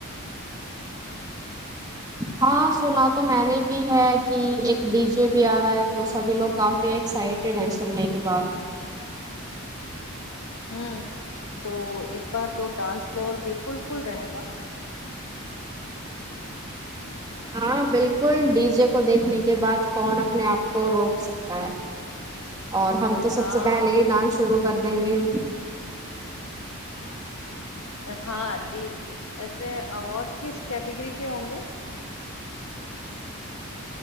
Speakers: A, on the right; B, on the left.
A: ہاں سنا تو میں نے بھی ہے کہ ایک ڈی جے بھی آ رہا ہے تو سبھی لوگ کافی ایکسائٹ سننے کے بعد
B: ہوں تو تو اس بار تو ڈانس فلور بالکل فل رہے گا
A: ہاں بالکل ڈی جے کو دیکھنے کے بعد کون اپنے آپ کو روک سکتا ہے اور ہم تو
B: ہاں
A: سب سے پہلے ہی ڈانس شروع کر دیں گے
B: ہاں ڈیل ویسے اوارڈ کس کیٹیگری کے ہوں گے